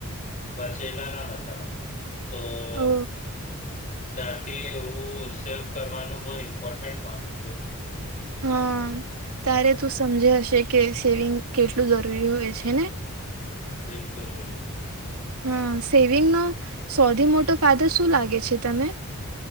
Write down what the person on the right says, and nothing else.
ઓ
હા તારે તું સમજે હશે કે સેવિંગ કેટલું જરૂરી હોય છે ને
હા સેવિંગનોો સૌથી મોટો ફાયદો શું લાગે છે તમે